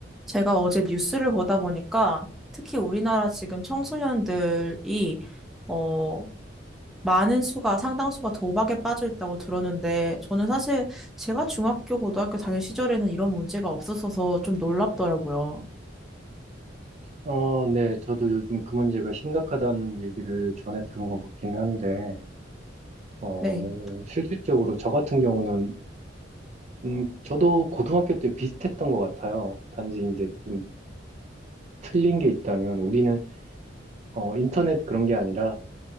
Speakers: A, in the centre; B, on the right.
A: 제가 어제 뉴스를 보다 보니까 특히 우리나라 지금 청소년들이 어 많은 수가 상당수가 도박에 빠져 있다고 들었는데 저는 사실 제가 중학교 고등학교 다닐 시절에는 이런 문제가 없었어서 좀 놀랍더라고요.
B: 어, 네, 저도 요즘 그 문제가 심각하다는 얘기를 전해 들은 것 같기는 한데, 어,
A: 네.
B: 실질적으로 저 같은 경우는, 음, 저도 고등학교 때 비슷했던 것 같아요. 단지 이제 좀 틀린 게 있다면, 우리는, 어, 인터넷 그런 게 아니라,